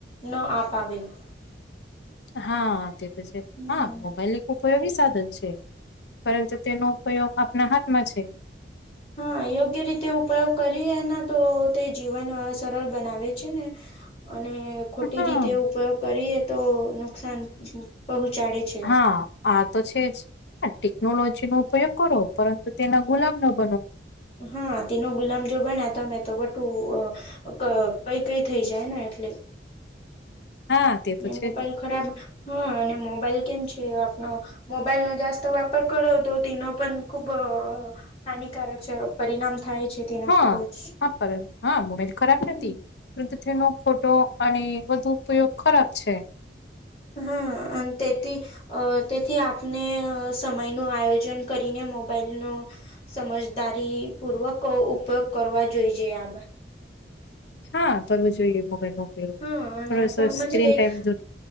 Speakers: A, on the left; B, on the left.
A: ન અાવે <inaudible>
B: હા તે તો છે
A: હમ
B: હા મોબાઈલ એક ઉપયોગી સાધન છે પરંતુ તેનો ઉપયોગ આપના હાથમાં છે
A: હા યોગ્ય રીતે ઉપયોગ કરીએ એના તો તે જીવન સરળ બનાવે છે ને અને ખોટી
B: હા
A: રીતે ઉપયોગ કરીએ તો નુકસાન પહોંચાડે છે
B: હા આ તો છે જ ટેકનોલોજી નો ઉપયોગ કરો પરંતુ તેના ગુલામ ન બનો
A: હા તેનો ગુલામ જો બને્યા તમે તો બટું <unintelligible> કઈ કઈ થઈ જાય ને એટલે
B: હા તે
A: અને
B: તો છે
A: મોબાઈલ
B: જ
A: ખરાબ હા અને મોબાઈલ કેમ છે આપનો મોબાઈલનો જાસ્ત વાપર કરતો તનો પણ ખૂબ હાનિકારક છે પરિણામ થાય છે તેના
B: હા
A: ખૂબ જ
B: હા પરત હા મોબાઈલ ખરાબ
A: હમ
B: નથી વૃદ્ધિ નો ખોટો અને વધુ ઉપયોગ ખરાબ છે
A: હા અને તેથી અ તેથી આપ ને સમયનું આયોજન કરીને મોબાઈલનો સમજદારીપૂર્વક ઉપયોગ કરવા જોઈએ આ
B: હા કરવું જોઈએ મોબાઈલ ન <unintelligible>
A: હા અને
B: થોડોસો
A: આપજ
B: સ્ક્રીન
A: દેખ
B: ટાઈમ